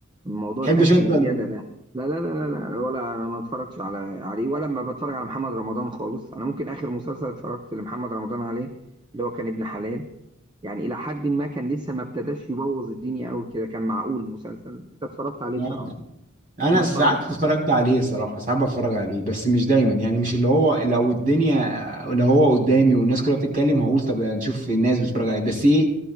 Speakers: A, on the right (about 20°); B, on the right (about 40°).
A: الموضوع
B: تحبش
A: الاكشن
B: انت
A: الزياده
B: ال...
A: ده لا لا لا لا لا، ولا ما اتفرجش على عليه ولا ما بتفرج على محمد رمضان خالص انا ممكن اخر مسلسل اتفرجت لمحمد رمضان عليه اللي هو كان ابن حلال يعني الى حد ما كان لسه ما ابتداش يبوظ الدنيا قوي كده كان معقول مسلسل ده اتفرجت عليه
B: آه.
A: بصراحه
B: انا
A: ما
B: ساعات
A: اتفرجتش
B: اتفرجت
A: عليه.
B: عليه صراحه ساعات بتفرج عليه بس مش دايما يعني مش اللي هو لو الدنيا لو هو قدامي والناس كلها بتتكلم هقول طب يعني نشوف الناس بتتفرج عليه بس ايه